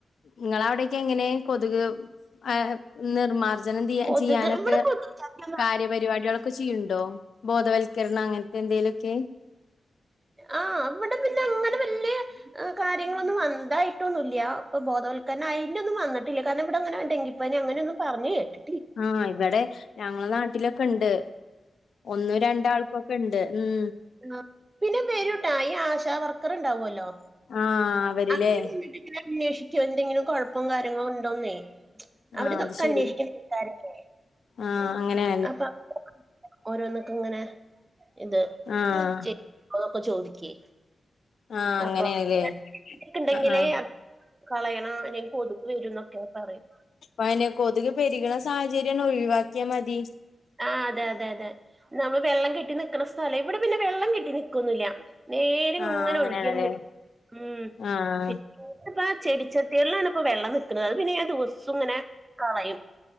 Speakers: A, on the left; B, on the right.
A: ഇങ്ങള അവിടെക്കെ എങ്ങനെ? കൊതുക് ആഹ് നിർമാർജനം
B: കൊതുക്
A: ചെയ്യാനൊക്കെ
B: ഇവിടെ കൊതുക് ചത്തൊന്നും
A: കാര്യപരിപാടികള് ഒ ക്ക ചെയ്യണ്ടോ? ബോധവൽക്കരണം അങ്ങനത്തെ എന്തെങ്കിലും ഒക്കെ.
B: ആഹ അവിടെ പിന്നെ അങ്ങനെ വല്യേ, കാര്യങ്ങളൊന്നും വന്ന തായിട്ടൊന്നൂല്ല്യ. ഇപ്പ ബോധവൽക്കരണം അതിന്റെ ഒന്നും വന്നിട്ടില്ല. കാരണം ഇവിടെ അങ്ങനെ ഡെങ്കി പനി അങ്ങനെ ഒന്നും പറഞ്ഞു കേട്ട്
A: ആഹ ഇവിടെ ഞങ്ങള നാട്ടിലൊക്കെ ഉണ്ട്. ഒന്നും രണ്ട ആൾക്ക് ഒക്കെ ഇണ്ട്. ഉം
B: ആ പിന്നെ വേരുംട്ടാ. ഈ ആശ വർക്കർ ഉണ്ടാവുമല്ലോ.
A: ആഹ് അവരില്ലേ
B: അവര് വന്നിട്ട് പിന്നെ അന്വേഷി ക്കും എന്തെങ്കിലും കുഴപ്പം കാര്യങ്ങളും ഉണ്ടോന്നേ. അവരി
A: ആഹ്
B: ഇതൊക്കെ
A: അത് ശരി
B: അന്വേഷിക്കുന്ന <unintelligible>
A: ആഹ് അങ്ങനെ.
B: അപ്പൊ ഓരോന്നക്ക ഇങ്ങനെ ഇത്
A: ആഹ്
B: ചെയ <unintelligible> ക്കെ ചോദിക്കേ.
A: ആഹ് അങ്ങനെയാണല്ലേ
B: അപ്പോ <unintelligible> അപ്പൊക്കണ്ടെങ്കില്
A: ആഹ് ആഹ്
B: അ കളയണം അല്ലെങ്കിൽ കൊതുക് വരും എന്നൊക്കെ പറയും.
A: അതെന്നെ കൊതുക് പെരുകണ സാഹചര്യം ഒഴിവാക്കിയാൽ മതി.
B: ആഹ അതെ അതെ അതെ. നമ്മള് വെള്ളം കെട്ടി നിൽക്കുന്ന സ്ഥലം, ഇവിടെ പിന്നെ വെള്ളം കെട്ടി നിക്കൊന്നില്ല. നേരെ
A: ആഹ്
B: ഇങ്ങനെ
A: അങ്ങനെയാണല്ലേ
B: ഒഴുകി <unintelligible> ഉ
A: ആഹ്
B: പിന്നെ പ ചെടിച്ചെ ട്ടിയിലാണ് വെള്ളം നിൽക്കണ. അത് പിന്നെ ഞാ ദിവസ്സും ഇങ്ങനെ കളയും.